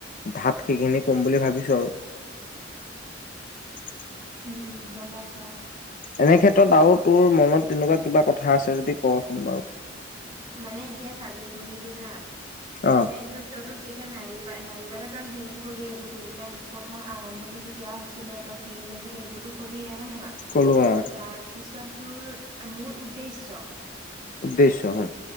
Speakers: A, on the left (about 45°); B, on the right (about 25°).
A: ঢাপ সেইখিনি কম বুলি ভাবিছো আৰু।
B: উম উম গম পাইছো অ'।
A: এনেক্ষেত্ৰত আৰু তোৰ মনত তেনেকুৱা কিবা কথা আছে যদি ক'চোন বাৰু।
B: মানে এতিয়া চাবি শুনিবি হা। তোৰ
A: অ
B: মানে <unintelligible> এতিয়া নাৰী বা নাৰীবাদৰ তই হেৰি ক'লি এইটো কি বুলি কয়, প্ৰথম আৰম্ভণি কেতিয়া হৈছিলে? ত কি কৰিছিলে সেইবোৰতো ক'লিয়ে হয় নহয়? হয়।
A: কলো অ
B: তাৰপিছত তোৰ-মোৰ উদ্দেশ্য
A: উদ্দেশ্য, হয়।